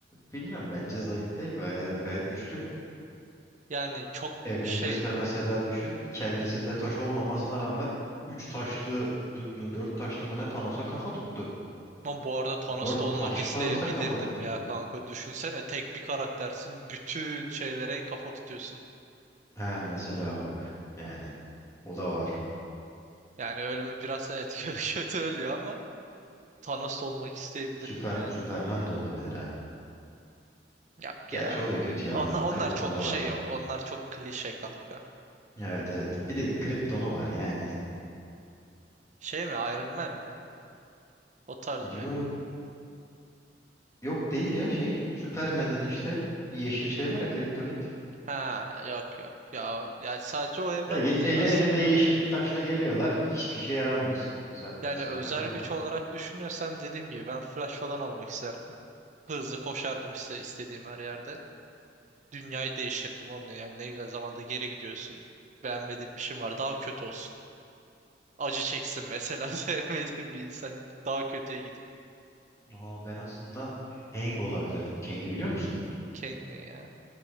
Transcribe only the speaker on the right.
Yani çok
şey
ama bu arada Thanos'ta
olmak
isteyebilirdim
ya kanka. Düşünsene tek bir karaktersin. Bütün şeylere kafa tutuyorsun.
Yani ölümü biraz evet <laughs> kö- kötü ölüyor ama Thanos'ta olmak isteyebilirdim
yani.
Yok
ya.
Onlar,
onlar
çok şey
onlar çok klişe kanka.
Şey mi Iron Man mi? O tarz
mı yani?
Ha yok yok ya yani sadece o evrende
değil
aslında.
Yani
özel
güç
olarak düşünüyorsam dediğim gibi ben Flash falan olmak isterdim. Hızlı koşardım işte istediğim her yerde. Dünyayı değiştirdim oğlum yani ne güzel zamanda geri gidiyorsun. Beğenmediğin bir şey var daha kötü olsun. Acı çeksin mesela <laughs> sevmediğin bir insan daha kötüye gidip.
Kang ne ya?